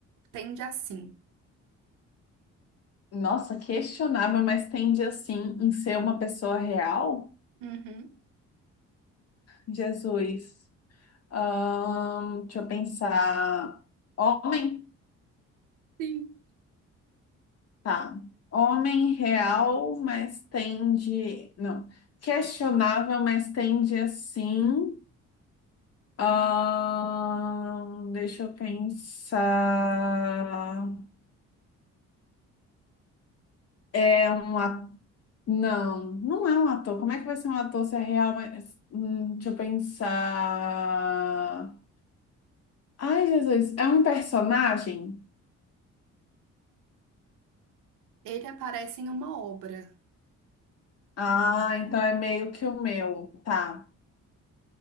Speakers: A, on the right; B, on the left.
A: tende a sim.
B: Nossa, questionável, mas tende, assim, em ser uma pessoa real?
A: Uhum.
B: Jesus. Ahn, deixa eu pensar. Homem?
A: Sim.
B: Tá. Homem real, mas tende... Não. Questionável, mas tende, assim... Ahn, deixa eu pensar. É um ator. Não, não é um ator. Como é que vai ser um ator se é real? Mas... Hum, deixa eu pensar. Ai, Jesus. É um personagem?
A: Ele aparece em uma obra.
B: Ah, então é meio que o meu. Tá.